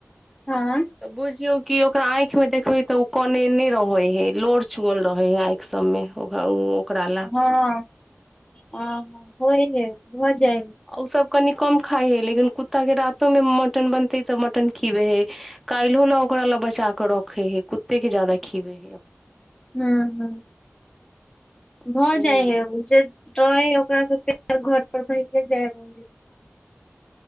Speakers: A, on the left (about 15°); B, in the centre.
A: आँइ?
B: तऽ बुझियौ कि ओकरा आंखि में देखबे तऽ ओ कनेने रहेय लोर चुअल रहे है आँइख सबमे ओकरा ला।
A: हँ। हँ हँ होइ है भ जाय है।
B: ओसभ कनि कम खाइ हइ लेकिन कुत्ता के रातोमे मटन बनतै तऽ मटन खिबै हइ। काल्हो लए ओकरा लए बचा कऽ रखै हइ कुत्तेके ज्यादा खिअबै हइ।
A: हुं हुं भऽ
B: हूँ
A: जाइ है उ रहै हइ ओकरा सब फ घर पर भैेये जाय रहैय हय।